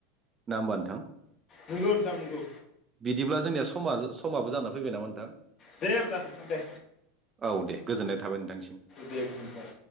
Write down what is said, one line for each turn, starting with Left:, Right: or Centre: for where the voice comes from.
Right: ना होमबा नोंथां
Left: नोंगौ नोंथां नोंगौ
Right: बिदिब्ला जोंनिया समाज-समाबो जानानै फैबाय नामा नोंथां
Left: दे होमब्ला दे
Right: औ दे गोजोननाय थाबाय नोंथांसिम
Left: दे गोजोनबाय